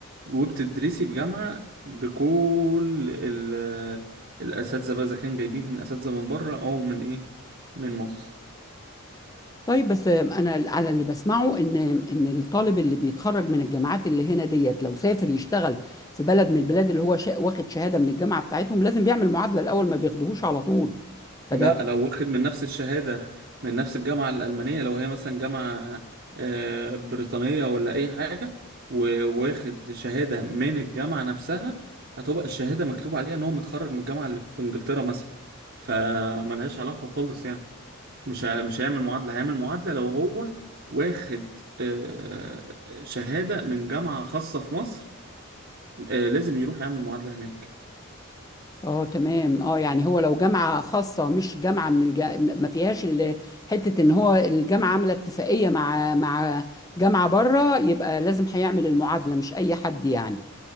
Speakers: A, on the right; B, on the left.
A: وبتدرسي في جامعه بكل ال- الاساتذه بقى اذا كان جايبين اساتذه من بره او من ايه من مصر
B: طيب بس انا على اللي بسمعه ان ان الطالب اللي بيتخرج من الجامعات اللي هنا ديت لو سافر يشتغل في بلد من البلاد اللي هو شا... واخد شهاده من الجامعه بتاعتهم لازم بيعمل معادله الاول ما بياخدوهوش على طول فده
A: لا لو واخد من نفس الشهادة من نفس الجامعة الألمانية لو هي مثلا جامعة آه، بريطانية ولا أي حاجة وواخد شهادة من الجامعة نفسها هتبقى الشهادة مكتوب عليها إن هو متخرج من الجامعة اللي في إنجلترا مثلا فملهاش علاقة خالص يعني مش ه- مش هيعمل معادلة هيعمل معادلة لو هو واخد آه، شهادة من جامعة خاصة في مصر آه، لازم يروح يعمل معادلة هناك
B: اه تمام اه يعني هو لو جامعه خاصه مش جامعه من الج... ما فيهاش ال... حته ان هو الجامعه عامله اتفاقيه مع مع جامعه بره يبقى لازم هيعمل المعادله مش اي حد يعني